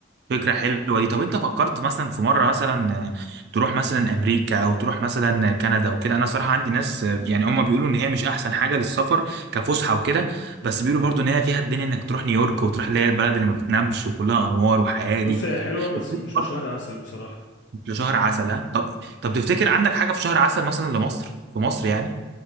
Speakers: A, on the right (about 60°); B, on the left (about 75°).
A: فكرة حلوة دي طب انت فكرت مثلا في مرة مثلا آه، تروح مثلا امريكا او تروح مثلا كندا وكده انا صراحة عندي ناس آه، يعني هم بيقولوا ان هي مش احسن حاجة للسفر كفسحة وكده بس بيقولوا برضو ان هي فيها الدنيا انك تروح نيويورك وتروح اللي هي البلد اللي ما بتنامش وكلها انوار وحياة دي
B: بص هي حلوه بس
A: وبرضه
B: مش لشهر عسل بصراحه
A: شهر
B: يعني
A: عسل ها طب طب تفتكر عندك حاجة في شهر عسل مثلا لمصر في مصر يعني